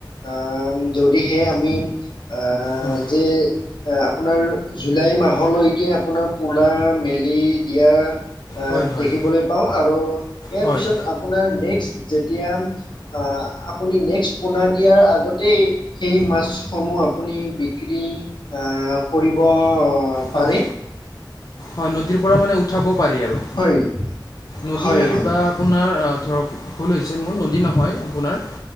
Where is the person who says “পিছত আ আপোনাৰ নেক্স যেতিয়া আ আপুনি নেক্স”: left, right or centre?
Left